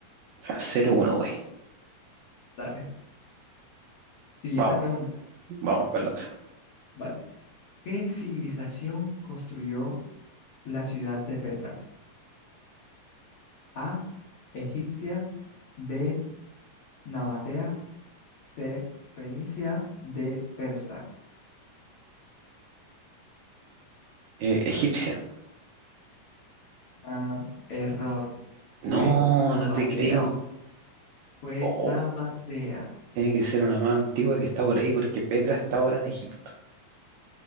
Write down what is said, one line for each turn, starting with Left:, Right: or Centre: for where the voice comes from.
Right: Cero uno, güey.
Left: Dale. Siguiente
Right: Vamos,
Left: pregunta,
Right: vamos con la otra.
Left: vale. ¿Qué civilización construyó la ciudad de Petra? A. egipcia, B, nabatea, C, fenicia, D, persa.
Right: Eh, egipcia.
Left: Ah, error,
Right: No,
Left: fue nabatea,
Right: no te creo.
Left: fue
Right: Oh,
Left: nabatea.
Right: tiene que ser una más antigua que está por ahí porque Petra está ahora en Egipto.